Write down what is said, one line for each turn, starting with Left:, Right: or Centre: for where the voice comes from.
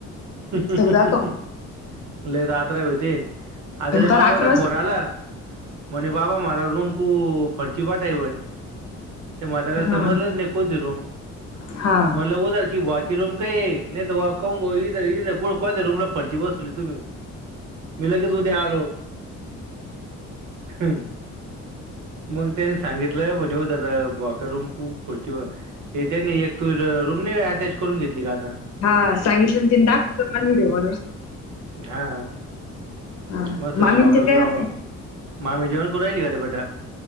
Right: हं
Left: पुस्तक
Right: हं हं
Left: दाखव
Right: हं लद आता होती अता
Left: आणि
Right: ते
Left: पार
Right: बाबादा
Left: अकरा वाजता
Right: फोन आला. मणे बाबा मारा रूम कू फर्ची बठा ते म तला
Left: हा
Right: समजलं नाही. कोणती रूम
Left: हा
Right: म्हण हो की बाकी रूम. का नाही क इर कोणत रूमला फरजी बस. तुम्ही लगेच उद्या आलो. हम्म मग तेच. सांगितलं ब रूम खूप खुर्चीेवर याच्यातनी येतं रुम. लय अटॅच करून घेतली का आता.
Left: हां सांगितलं आणि तीन दावत मला व्हिडिओढव.
Right: हा
Left: हा
Right: मस्त
Left: मामीन
Right: शावर
Left: तेन काय
Right: लावा.
Left: करताय?
Right: मामी जेवण कून राहिली गडी बेटा